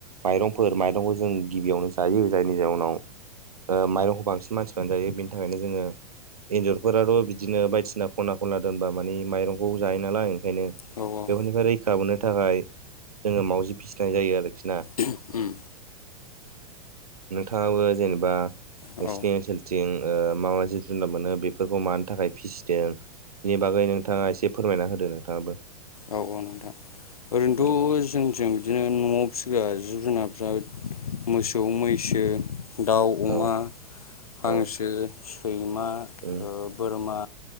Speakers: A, on the right; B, on the left.
A: माइरंफोर माइरंखौ जों गिबियावनो जायो जायनि जाउनाव ओ माइरंखौ बांसिन मानसिफ्रानो जायो बिनि थाखायनो जोङो एन्जरफोराथ' बिदिनो बायदिसिना खना खनला दोनबा माने माइरंखौ जायो नालाय ओंखायनो
B: औ
A: बेफोरनिफ्राय
B: औ
A: रैखा मोनो थाखाय जोङो मावजि फिसिनाय जायो आरोखि ना।
B: ओम
A: नोंथाङाबो जेनेबा नोंसिनि
B: औ
A: ओनसोलथिं ओ मा मा जि जुनार मोनो बेफोरखौ मानो थाखाय फिसिदों बेनि बागै नोंथाङा एसे फोरमायना होदो नोंथाङाबो
B: औ औ नोंथां ओरैनोथ'
A: उम
B: जोंजों बिदिनो न'आव फिसिग्रा जिब जुनारफ्रा मोसौ मैसो दाउ अमा
A: औ
B: हांसो
A: औ
B: सैमा
A: उम
B: बोरमा